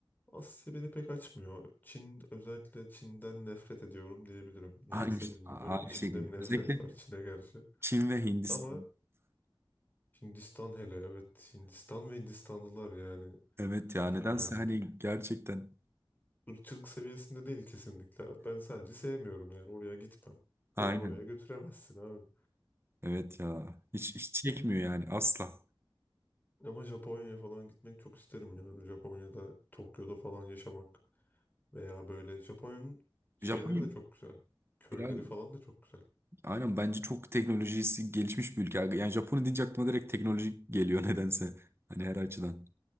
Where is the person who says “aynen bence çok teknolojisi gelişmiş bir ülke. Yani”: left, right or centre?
Right